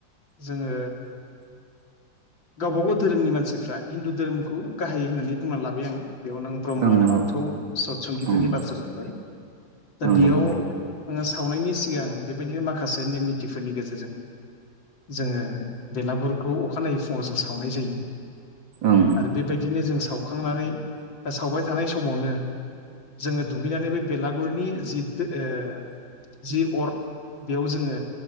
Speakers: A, on the left; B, on the right.
A: जोङो गावबागाव धोरोमनि मानसिफ्रा हिन्दु धोरोमखौ गाहाय होननानै बुंना लाबाय आं। बेयावनो नों ब्रह्म
B: ओं नंगौ
A: बाथौ सतसंगिफोरनि
B: ओं
A: बाथ्रा जाबबाय दा
B: ओं
A: बेयाव
B: नंगौ
A: जोङो सावनायनि सिगां बेबायदिनो माखासे नेम निथिफोरनि गेजेरजों जोङो बेलागुरखौ अखानायै फुङाव जों सावनाय जायो।
B: ओं
A: आरो बेबायदिनो जों सा सावखांनानै बा सावबाय थानाय समावनो जोङो दुगैनानै बे बेलागुरनि जि ओ जि अर बेयाव जोङो